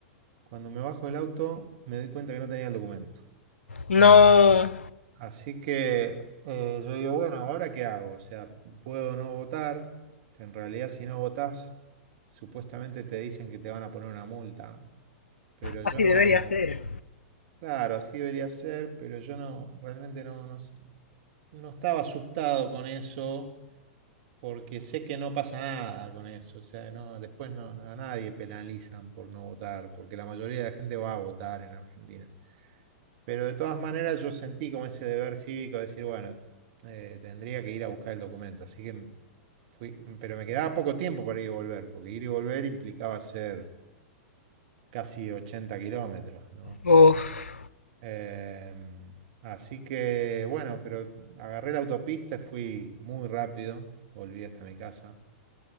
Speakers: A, on the right; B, on the left.
A: Cuando me bajo del auto, me doy cuenta que no tenía el documento.
B: No,
A: Así que eh, yo digo, bueno, ¿ahora qué hago? O sea, puedo no votar, que en realidad si no votás, supuestamente te dicen que te van a poner una multa. Pero yo
B: así
A: no,
B: debería ser.
A: claro, así debería ser, pero yo no, realmente no, no, no estaba asustado con eso porque sé que no pasa nada con eso, o sea, no, después no, no, a nadie penalizan por no votar, porque la mayoría de la gente va a votar en Argentina. Pero de todas maneras yo sentí como ese deber cívico de decir, bueno, eh, tendría que ir a buscar el documento, así que fui, pero me quedaba poco tiempo para ir y volver, porque ir y volver implicaba hacer casi 80 kilómetros, ¿no?
B: Uf,
A: Eh, así que bueno, pero agarré la autopista, fui muy rápido, volví hasta mi casa.